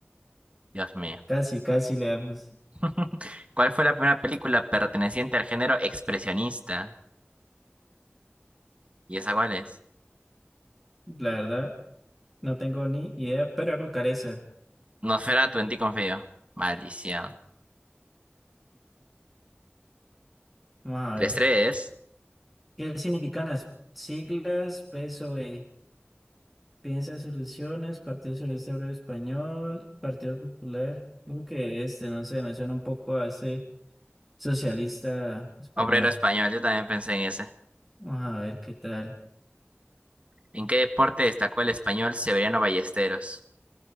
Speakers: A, on the right (about 30°); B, in the centre.
A: Dios mío.
B: Casi, casi le damos.
A: <laughs> ¿Cuál fue la primera película perteneciente al género expresionista? ¿Y esa cuál es?
B: La verdad. No tengo ni idea, pero voy a colocar esa.
A: Nosferatu, en ti confío. Maldición.
B: Vamos
A: Tres
B: a ver.
A: tres.
B: ¿Qué significan las siglas PSOE? Piensa soluciones, Partido Socialista Obrero Español, Partido Popular. Creo que este, no sé, me suena un poco a este socialista español.
A: Obrero español, yo también pensé en ese.
B: Vamos a ver qué tal.
A: ¿En qué deporte destacó el español Severiano Ballesteros?